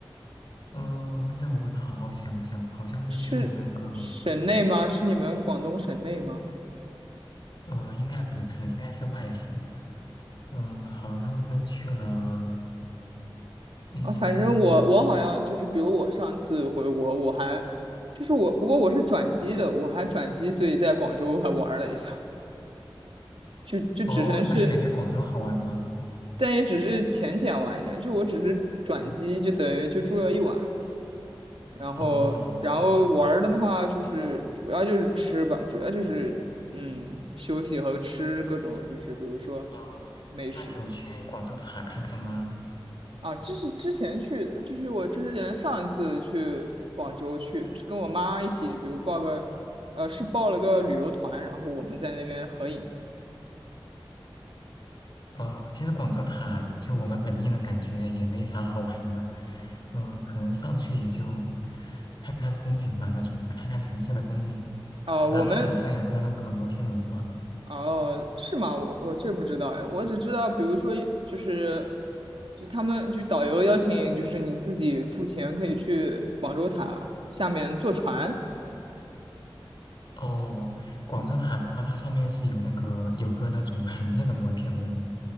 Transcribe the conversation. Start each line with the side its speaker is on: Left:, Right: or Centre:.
Left: 嗯、这我得好好想想，好像是去了那个，
Right: 是省内吗？是你们广东省内吗？
Left: 呃，应该不是，应该是外省，嗯、好像是去了，嗯，
Right: 啊，反正我我好像就是，比如我上次回国，我还就是我，不过我是转机的，我还转机，所以在广州还玩了一下，就就只能是，
Left: 哦，那你感觉广州好玩吗？
Right: 但也只是浅浅玩一下，就我只是转机，
Left: 嗯。
Right: 就等于就住了一晚，然后然后玩儿的话就是主要就是吃吧，
Left: 哦，
Right: 主要就是嗯休息和吃各种就是比如说
Left: 哦，
Right: 美食。
Left: 那你有去广州塔看看吗？
Right: 啊，这是之前去的，这是我之前上一次去广州去的，是跟我妈一起，比如报个，呃，是报了个旅游团，然后我们在那边合影的。
Left: 哦，其实广州塔就我们本地人感觉也没啥好玩的，嗯、可能上去也就看看风景吧，那种看看城市的风景。
Right: 哦、我们
Left: 然后它顶上有个那个摩天轮嘛，
Right: 哦，是吗？我我这不知道哎，我只知道，比如说就是，就他们就导游邀请，就是你自己付钱可以去广州塔下面坐船，
Left: 哦，广州塔的话，它上面是有那个有个那种横着的摩天轮，